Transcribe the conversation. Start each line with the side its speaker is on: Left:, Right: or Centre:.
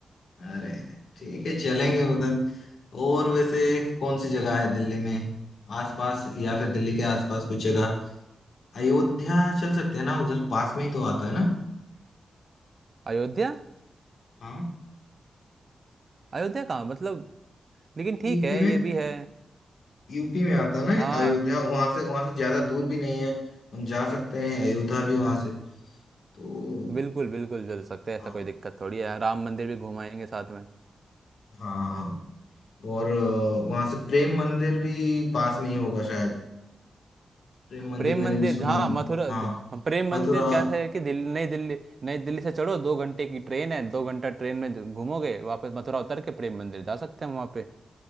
Left: अरे ठीक है चलेंगे उधर और वैसे कौन सी जगह है दिल्ली में आसपास या फिर दिल्ली के आसपास कोई जगह अयोध्या चल सकते हैं ना उधर पास में ही तो आता है ना
Right: अयोध्या
Left: हाँ
Right: अयोध्या कहाँ मतलब लेकिन ठीक
Left: यूपी
Right: है
Left: में
Right: ये भी है
Left: यूपी में आता है
Right: हाँ
Left: ना अयोध्या वहां से वहां से ज्यादा दूर भी नहीं है हम जा सकते हैं अयोध्या भी वहां से तो
Right: बिल्कुल बिल्कुल चल सकते हैं ऐसा
Left: हाँ
Right: कोई दिक्कत थोड़ी है राम मंदिर भी घुमाएंगे साथ में
Left: हाँ हाँ और वहां से प्रेम मंदिर भी पास में ही होगा शायद प्रेम मंदिर
Right: प्रेम
Left: मैंने
Right: मंदिर
Left: भी सुना
Right: जहाँ
Left: था
Right: मथुरा
Left: हाँ
Right: प्रेम मंदिर
Left: मथुरा
Right: कैसा है कि दिल्ली नई दिल्ली नई दिल्ली से चढ़ो दो घंटे की ट्रेन है दो घंटा ट्रेन में जो- घूमोगे वापस मथुरा उतर के प्रेम मंदिर जा सकते हैं वहाँ पे